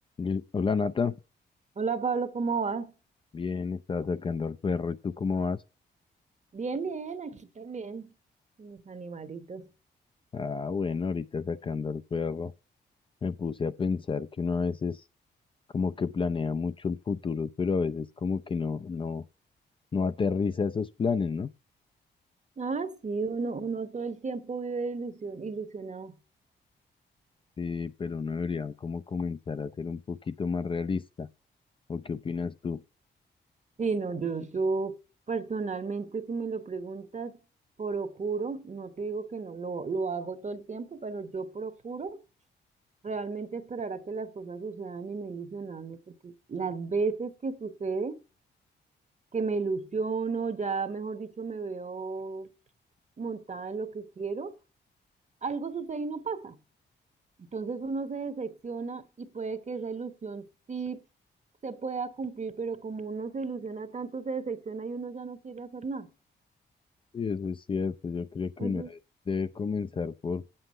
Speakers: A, on the left (about 30°); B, on the right (about 40°).
A: Li- Hola Nata,
B: Hola Pablo, ¿cómo vas?
A: bien, estaba sacando al perro, ¿y tú cómo vas?
B: Bien, bien, aquí también, con mis animalitos.
A: Ah, bueno, ahorita sacando al perro. Me puse a pensar que uno a veces como que planea mucho el futuro, pero a veces como que no, no, no aterriza esos planes, ¿no?
B: Ah, sí, uno, uno todo el tiempo vive ilusión, ilusionado.
A: Sí, pero uno debería como comenzar a ser un poquito más realista. ¿O qué opinas tú?
B: Sí, no, yo, yo personalmente, si me lo preguntas, procuro, no te digo que no lo, lo hago todo el tiempo, pero yo procuro realmente esperar a que las cosas sucedan y no ilusionarme, porque las veces que sucede, que me ilusiono, ya mejor dicho, me veo montada en lo que quiero, algo sucede y no pasa. Entonces uno se decepciona y puede que esa ilusión sí se pueda cumplir, pero como uno se ilusiona tanto, se decepciona y uno ya no quiere hacer nada.
A: Sí, eso es cierto. Yo creo que
B: Entonces,
A: uno debe comenzar por